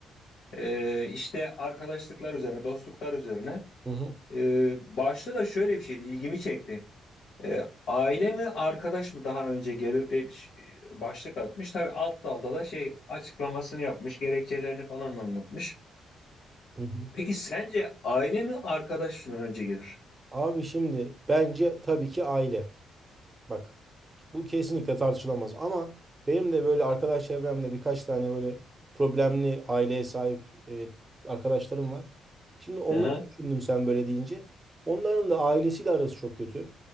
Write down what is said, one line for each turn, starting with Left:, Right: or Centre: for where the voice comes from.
Left: Ee, işte arkadaşlıklar üzerine dostluklar üzerine
Right: Hı hı.
Left: Ee, başta da şöyle bir şeydi ilgimi çekti. E, aile mi arkadaş mı daha önce gelir diye bir ş- başlık atmış. Tabii alt dalda da şey açıklamasını yapmış, gerekçelerini falan anlatmış.
Right: Hı hı.
Left: Peki sence aile mi arkadaş mı önce gelir?
Right: Abi şimdi bence tabii ki aile. Bak bu kesinlikle tartışılamaz ama benim de böyle arkadaş çevremde birkaç tane böyle problemli aileye sahip e, arkadaşlarım var. Şimdi onları
Left: Aha,
Right: düşündüm sen böyle deyince. Onların da ailesiyle arası çok kötü.